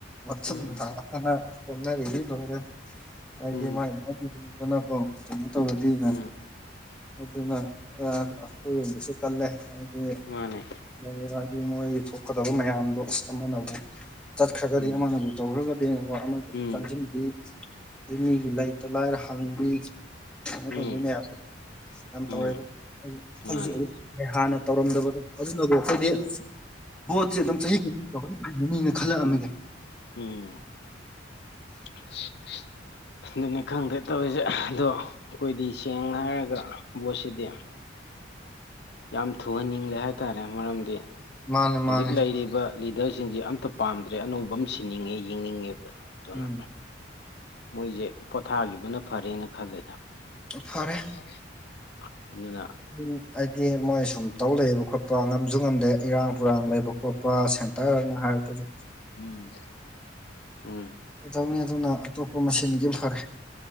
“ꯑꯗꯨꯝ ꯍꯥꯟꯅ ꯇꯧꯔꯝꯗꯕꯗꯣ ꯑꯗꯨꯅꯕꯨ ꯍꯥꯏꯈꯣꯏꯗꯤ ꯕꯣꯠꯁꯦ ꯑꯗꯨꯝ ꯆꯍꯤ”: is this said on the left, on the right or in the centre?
Centre